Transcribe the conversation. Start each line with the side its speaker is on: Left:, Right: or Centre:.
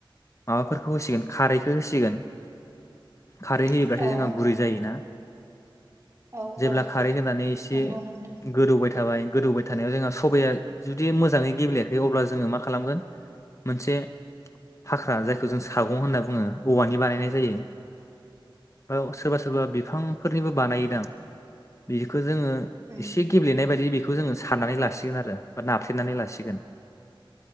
Left: माबाफोरखौ होसिगोन खारैखौ होसिगोन। खारै होयोब्लाथाय
Right: औ
Left: जोंहा गुरै जायोना।
Right: औ
Left: जेब्ला
Right: औ
Left: खारै होनानै एसे
Right: नंगौ नोंथां
Left: गोदौबाय थाबाय गोदौबाय थानायाव जोंहा सबाया जुदि मोजाङै गेबेयाखै अब्ला जोङो मा खालामगो मोनसे फाख्रा जायखौ जों सागं होनना बुङो औवानि बानायनाय जायो। औ सोरबा सोरबा बिफां फोरनिबो बानायोदांं बिखौ जोङो
Right: उम
Left: एसे गेब्लेनाय बायदि बेखौ बेखौ जोङो साननानै लासिगोन आरो बा नाफ्लेनानै लासिगोन।